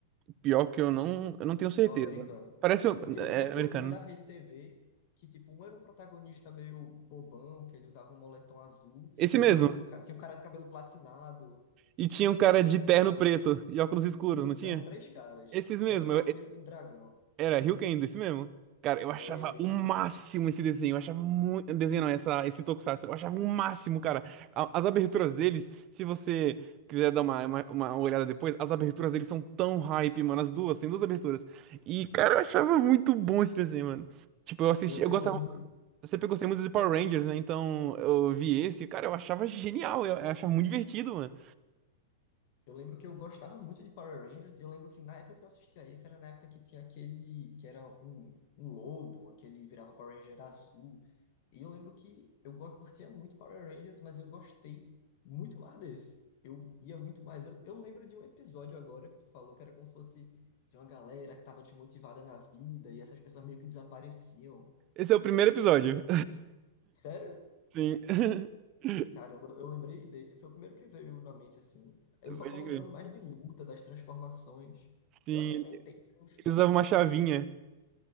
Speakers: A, on the right; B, on the left.
A: pior que eu não, eu não tenho certeza.
B: É o americano.
A: Parece um-
B: Porque
A: é,
B: eu lembro que
A: americano.
B: eu vi um da
A: né?
B: Rede TV que, tipo, um era um protagonista meio bobão, que ele usava um moletom azul,
A: Esse
B: e
A: mesmo.
B: o outro era um, ca- tinha um cara de cabelo platinado,
A: E tinha um
B: é,
A: cara
B: meio espetado
A: de terno
B: pra
A: preto
B: cima.
A: e óculos escuros,
B: Isso,
A: não tinha?
B: eram três caras.
A: Esses mesmo.
B: E era um negócio meio com dragão.
A: Era Ryuken, desse mesmo. Cara, eu achava
B: É esse
A: o máximo
B: mesmo.
A: esse desenho. Eu achava muito. Desenho não, essa, esse tokusatsu. Eu achava o máximo, cara. A- As aberturas deles, se você quiser dar uma, uma, uma olhada depois, as aberturas deles são tão hype, mano. As duas, tem duas aberturas. E, cara, eu achava muito bom esse desenho, mano. Tipo, eu assisti,
B: Eu,
A: eu
B: eu
A: gostava.
B: lembro.
A: Eu sempre gostei muito de Power Rangers, né? Então eu vi esse, cara, eu achava genial. Eu, eu achava muito divertido, mano.
B: Eu lembro que eu gostava muito de Power Rangers, e eu lembro que na época que eu assistia isso, era na época que tinha aquele, que era um, um lobo, que ele virava Power Ranger azul. E eu lembro que eu go- curtia muito Power Rangers, mas eu gostei muito mais desse. Eu ia muito mais. Eu, eu lembro de um episódio agora que tu falou que era como se fosse de uma galera que tava desmotivada na vida, e essas pessoas meio que desapareciam.
A: Esse é o primeiro episódio.
B: Sério?
A: <laughs> Sim. <laughs>
B: Caramba, eu lembrei dele. Foi o primeiro que veio na mente, assim. Eu
A: Pode
B: só tô lembrando
A: crer.
B: mais de luta, das transformações.
A: Sim,
B: Eu até tentei né, uns
A: ele
B: tokusai,
A: usava uma chavinha.
B: tokusai,